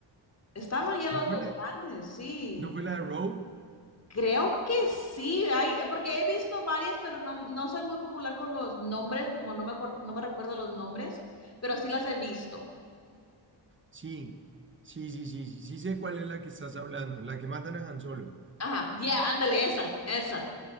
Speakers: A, on the left (about 35°); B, on the right (about 25°).
A: Estaban ya los
B: ¿No fue
A: dos
B: la,
A: grandes, sí.
B: no fue la de Rogue?
A: Creo que sí, hay, eh, porque he visto varias, pero no, no soy muy popular con los nombres, como no me, acuer- no me recuerdo los nombres, pero sí las he visto.
B: Sí, sí, sí, sí, sí, sí sé cuál es la que estás hablando, la que matan a Han Solo.
A: Ajá, ya, ándale, esa, esa.